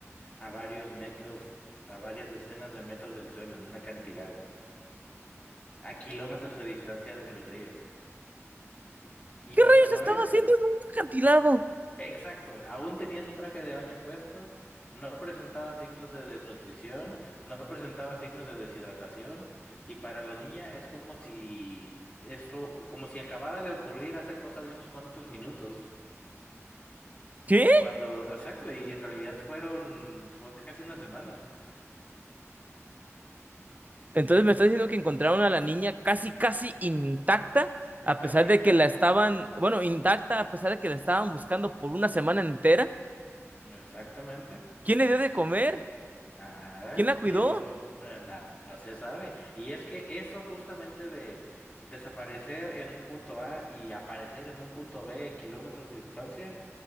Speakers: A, on the left; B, on the right.
A: a varios metros, a varias decenas de metros del suelo, en un acantilado, a kilómetros de distancia del río. Y
B: ¿Qué
A: no
B: rayos
A: solo
B: estaba
A: eso.
B: haciendo en un acantilado?
A: Exacto, aún tenía su traje de baño puesto, no presentaba signos de desnutrición, no presentaba signos de deshidratación, y para la niña es como si eso, como si acabara de ocurrir hace cosa de unos cuantos minutos,
B: ¿Qué?
A: cuando, exacto, y en realidad fueron, fue casi una semana,
B: Entonces me está diciendo que encontraron a la niña casi, casi intacta,
A: estaba
B: a pesar
A: intacta,
B: de que la estaban, bueno, intacta, a pesar de que la estaban buscando por una semana entera.
A: exactamente.
B: ¿Quién le dio de comer?
A: Ah,
B: ¿Quién la cuidó?
A: quién oh, eh, na- no se sabe. Y es que eso justamente de desaparecer en un punto A y aparecer en un punto B, kilómetros de distancia,